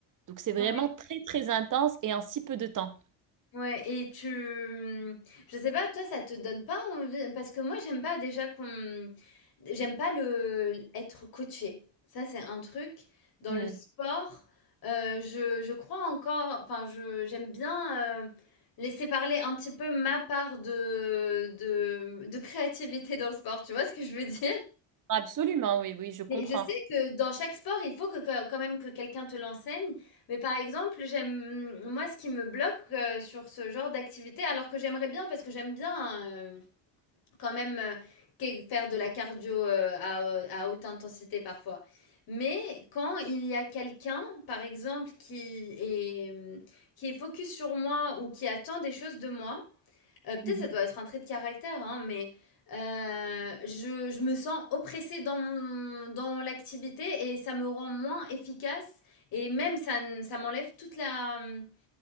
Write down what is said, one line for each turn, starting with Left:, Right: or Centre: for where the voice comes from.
Right: Donc, c'est vraiment
Left: Ouais.
Right: très, très intense et en si peu de temps.
Left: Ouais et tu mmh, je sais pas, toi, ça te donne pas envie parce que moi, j'aime pas déjà qu'on j'aime pas le être coaché Ça, c'est un truc dans
Right: Hmm.
Left: le sport, heu, je je crois encore enfin, je j'aime bien, heu, laisser parler un petit peu ma part de de de créativité dans le sport, tu vois ce que je veux dire?
Right: Absolument, oui, oui, je comprends.
Left: Mais je sais que dans chaque sport, il faut que que- quand même que quelqu'un te l'enseigne. Mais par exemple, j'aime mm, moi ce qui me bloque euh, sur ce genre d'activité, alors que j'aimerais bien parce que j'aime bien euh, quand même euh, qu'est- faire de la cardio euh, à, à haute intensité parfois. Mais quand il y a quelqu'un, par exemple, qui est mm, qui est focus sur moi ou qui attend des choses de moi. Heu, peut-être
Right: Mhm,
Left: ça doit être un trait de caractère, hein, mais, heu, je je me sens oppressée dans mon dans l'activité et ça me rend moins efficace et même ça n ça m'enlève toute la, mmh,